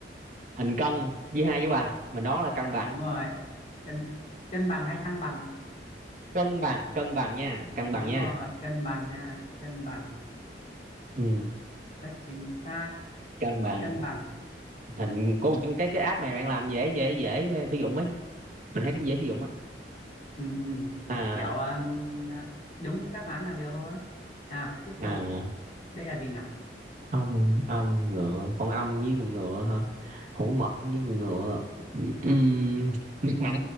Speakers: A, on the right (about 45°); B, on the left (about 40°).
A: hình cân chia hai dấu bằng mình đoán là cân bằng
B: đúng rồi cân cân bằng hay thăng bằng ạ
A: cân bằng cân bằng nha
B: Đ-
A: cân
B: đúng
A: bằng nha
B: rồi cân bằng nha cân bằng
A: ừ.
B: rất chính xác
A: cân bằng
B: cân bằng
A: hình của những cái cái app này bạn làm dễ dễ dễ ờ, sử dụng ấy mình thấy cũng dễ sử dụng ấy
B: ừ, ừ.
A: à
B: kiểu ờ, à, đúng đáp án là được thôi nào tiếp
A: à
B: tục đây là gì nào
A: ong ong ngựa con ong với con ngựa hả hổ mật với con ngựa Ừm, mật
B: ừ,
A: mã